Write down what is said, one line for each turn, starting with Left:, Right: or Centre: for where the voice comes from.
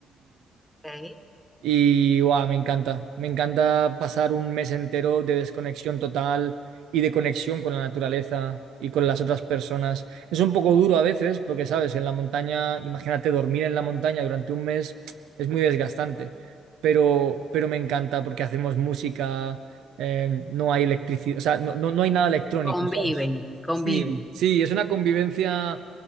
Centre: Ok,
Right: Y guau, me encanta, me encanta pasar un mes entero de desconexión total y de conexión con la naturaleza y con las otras personas. Es un poco duro a veces porque, sabes, en la montaña, imagínate dormir en la montaña durante un mes, es muy desgastante, pero, pero me encanta porque hacemos música, eh, no hay electricidad, o sea, no, no, no hay nada electrónico,
Centre: Conviven,
Right: ¿sabes?
Centre: conviven.
Right: Sí, sí, es una convivencia